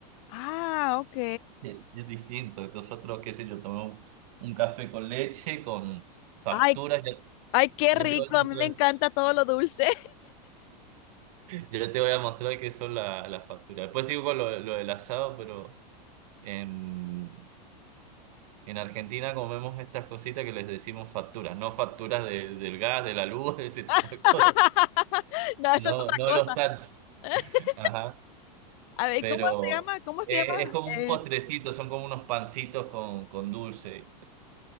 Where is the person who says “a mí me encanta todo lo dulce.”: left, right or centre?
Left